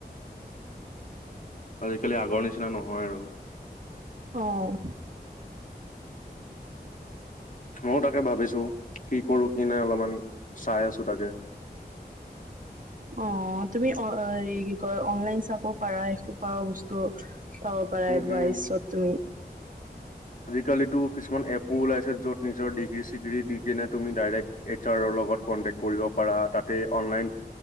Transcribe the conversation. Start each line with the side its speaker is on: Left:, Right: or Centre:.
Left: আজি-কালি আগৰ নিচিনা নহয় আৰু।
Right: অঁহ
Left: মইওঁ তাকে ভাবিছো কি কৰো কি নাই অলপমান চাই আছো তাকে।
Right: অঁ তুমি কি কয় অনলাইন চাব পাৰা এসোপা বস্তু। পাব পাৰা
Left: উম
Right: এডভাইছত
Left: উম
Right: তুমি।
Left: কালিটো কিছুমান এপো ওলাইছে। য'ত নিজৰ ডিগ্ৰী- চিগ্ৰী দি কিনে তুমি ডাইৰেক্ট এইচ, আৰৰ লগত কন্টেক্ট কৰিব পাৰা। তা'তে অনলাইন